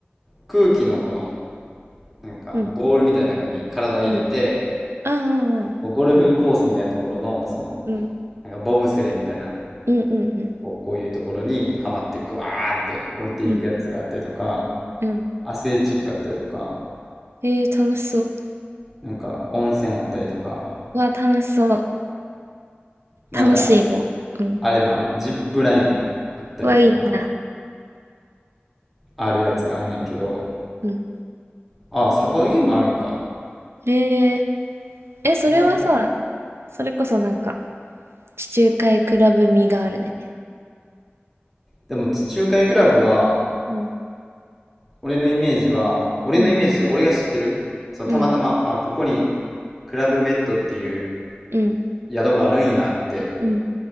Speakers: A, in the centre; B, on the right (about 85°).
A: 空気のこの、なんか、
B: うん。
A: ボールみたいな中に体入れて、
B: うん。ああ、うん。
A: こうゴルフコースみたいなところの、その、
B: うん。
A: なんかボブスレーみたいな、
B: うん。うん。うん。
A: こうこういうところにはまって、グワーンって降りていくやつがあったりとか、
B: うん。うん。
A: アスレチックあったりとか、
B: えー楽しそう。
A: なんか温泉あったりとか、
B: うわ、楽しそう。
A: なんか
B: 楽しいもん。うん。
A: あれもある、ジップラインもあったりとか、
B: うわ、いいな。
A: あるやつがあんねんけど、
B: うん。
A: ああ、サバゲーもあるんか。
B: ええ。え、
A: サバゲー。
B: それはさ、それこそなんか、地中海クラブ味があるね。
A: でも地中海クラブは、
B: うん。
A: 俺のイメージは、俺のイメージで俺が知ってる、
B: うん。
A: そのたまたま、
B: うん。
A: あ、ここにクラブメッドっていう
B: うん。
A: 宿があるんやって、
B: うん。